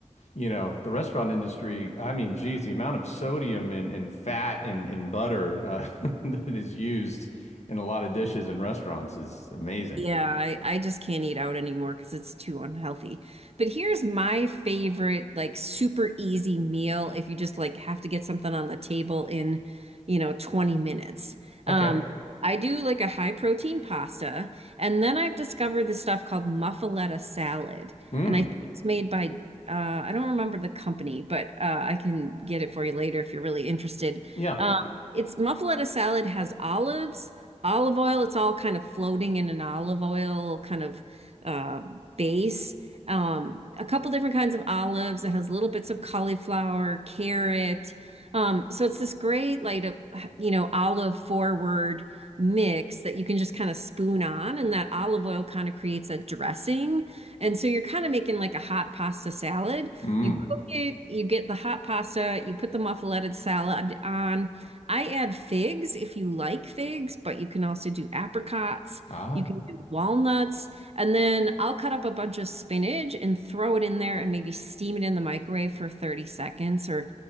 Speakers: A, on the left (about 65°); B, on the right (about 55°).
A: you know, the restaurant industry, I mean, geez, the amount of sodium and, and fat and, and butter uh, <laughs> that is used in a lot of dishes in restaurants is amazing.
B: Yeah, I, I just can't eat out anymore because it's too unhealthy. But here's my favorite, like super easy meal if you just like have to get something on the table in, you know, 20 minutes. Um,
A: Okay.
B: I do like a high protein pasta, and then I've discovered this stuff called muffuletta salad.
A: Mm.
B: And I think it's made by uh, I don't remember the company, but uh, I can get it for you later if you're really interested.
A: Yeah.
B: Um, it's muffuletta salad has olives olive oil. It's all kind of floating in an olive oil kind of uh, base. Um, a couple different kinds of olives. It has little bits of cauliflower, carrot. Um, so it's this great, like, uh, you know, olive forward mix that you can just kind of spoon on, and that olive oil kind of creates a dressing. And so you're kind of making like a hot pasta salad.
A: Mm.
B: You cook it, you get the hot pasta, you put the muffuleted salad on. I add figs if you like figs, but you can also do apricots.
A: Ah,
B: You can do walnuts. And then I'll cut up a bunch of spinach and throw it in there and maybe steam it in the microwave for 30 seconds. Or